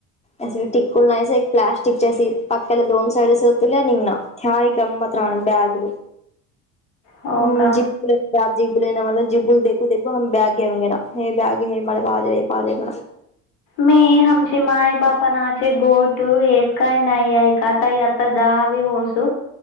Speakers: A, on the left; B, on the left.
A: असे टिककूल नाहीच एक प्लास्टिकच्या पक्ककाला दोन साईड होत निघ ना ह्याय गंमत. बॅग
B: हो
A: जि
B: का
A: जिबुल ना मला जिबल देखू देखू हम बॅग गेऊगे ना हे बॅग हे म पा पाज.
B: मी आमचे माय बाप नाचे गोटू एक काय नाही ऐ आता आता दहावी होस